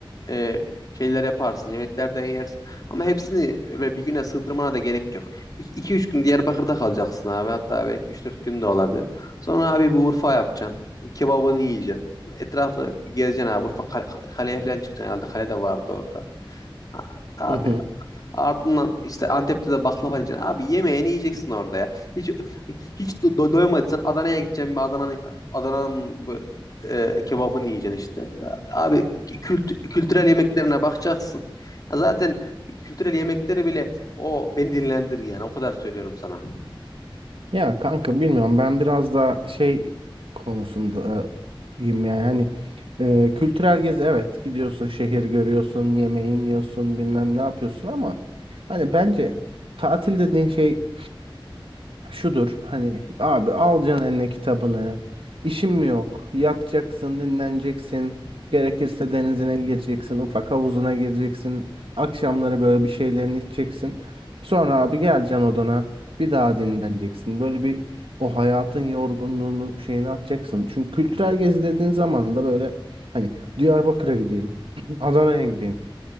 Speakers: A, on the left (about 45°); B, on the right (about 80°).
A: e, şeyler yaparsın, yemeklerden yersin. Ama hepsini böyle bir güne sığdırmana da gerek yok. 2 üç gün Diyarbakır'da kalacaksın abi. Hatta belki üç dört gün de olabilir. Sonra abi bir Urfa yapacaksın. Kebabını yiyeceksin. Etrafını bir gezeceksin abi. Urfa kale, kaleye falan çıkacaksın herhalde. Kale de vardı orada. A- Abi
B: Hı hı.
A: Ardından işte Antep'te de baklava yiyeceksin. Abi yemeğini yiyeceksin orada ya. Hiç hiç do do- doymadıysan Adana'ya gideceksin bir Adana'nın Adana'nın bu e, kebabını yiyeceksin işte. Abi kült, kültürel yemeklerine bakacaksın. Ya zaten kültürel yemekleri bile o beni dinlendir yani o kadar söylüyorum sana.
B: Ya kanka bilmiyorum ben biraz daha şey konusundayım yani hani e, kültürel gezi evet gidiyorsun şehir görüyorsun yemeğini yiyorsun bilmem ne yapıyorsun ama hani bence tatil dediğin şey şudur hani abi alacaksın eline kitabını. İşin mi yok? Yatacaksın, dinleneceksin. Gerekirse denizine gireceksin, ufak havuzuna gireceksin. Akşamları böyle bir şeylerini içeceksin. Sonra abi geleceksin odana. Bir daha dinleneceksin. Böyle bir o hayatın yorgunluğunu şeyini atacaksın. Çünkü kültürel gezi dediğin zaman da böyle hani Diyarbakır'a gideyim, <clears throat> Adana'ya gideyim.